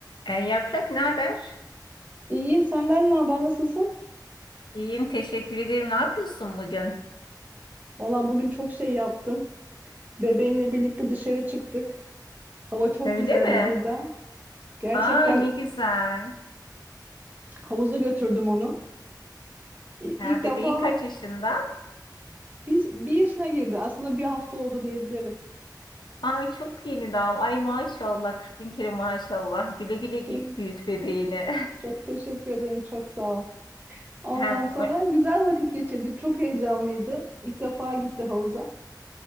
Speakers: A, on the left (about 80°); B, on the right (about 25°).
A: E, Yaprak ne haber?
B: İyiyim senden ne haber nasılsın?
A: İyiyim, teşekkür ederim. Ne yapıyorsun bugün?
B: Valla bugün çok şey yaptım. Bebeğimle birlikte dışarı çıktık. Hava çok
A: Öyle
B: güzeldi
A: mi?
B: burada. Gerçekten
A: Aa ne güzel.
B: havuza götürdüm onu. İ-
A: Ha,
B: İlk defa
A: bebeğin kaç yaşında?
B: bir, bir yaşına girdi. Aslında bir hafta oldu diyebilirim.
A: Aa çok yeni daha. Ay maşallah, 40 bin kere maşallah. Güle güle gü-
B: Te-
A: büyüt bebeğini.
B: Çok teşekkür ederim. Çok sağ ol. Ondan
A: <laughs> Hem
B: sonra
A: ö-
B: güzel vakit geçirdik. Çok heyecanlıydı. İlk defa gitti havuza.